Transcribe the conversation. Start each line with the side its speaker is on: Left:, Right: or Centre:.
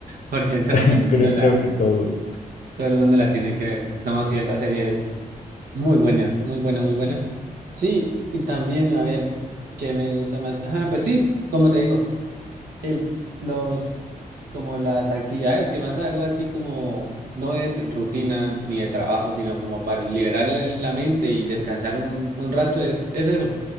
Right: porque todo
Left: <laughs>
Right: el mundo
Left: creo,
Right: la,
Left: creo que todos
Right: todo el mundo la tiene que ver. No, sí, esa serie es muy buena, muy buena, muy buena. Sí, y también, a ver, ¿qué me gusta más? Ah, pues sí, como te digo. el, los, como las actividades que más hago, así como no de t- rutina ni de trabajo, sino como para liberar la, la mente y descansar un, un rato, es, es eso,